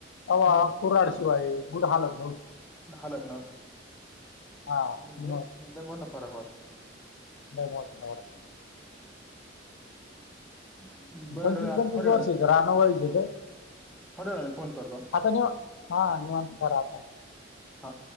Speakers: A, in the centre; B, on the left (about 80°).
A: हम्म
B: तवा कराड शिवाय गुड हालत नव्हती
A: हालत नव्हती
B: हा
A: म्हणजे
B: मग
A: ईतका मोठा फरक वाट
B: लय मोठ नाय
A: वाटतो बरं
B: पंचवीस
A: आता
B: पंचवीस
A: थोड्या
B: वर्षाच
A: वेळानं
B: राहणं व्हायच तर
A: थोड्या वेळान फोन कर बरं
B: आता निव हां निवांंत करा आता
A: हा.